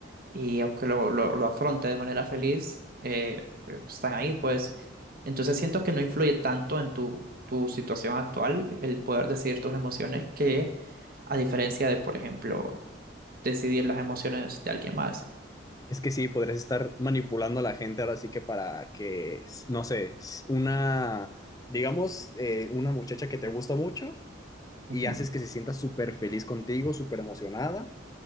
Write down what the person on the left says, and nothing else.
Es que sí, podrías estar manipulando a la gente ahora sí que para que, no sé, una, digamos, eh, una muchacha que te gusta mucho
y haces que se sienta súper feliz contigo, súper emocionada.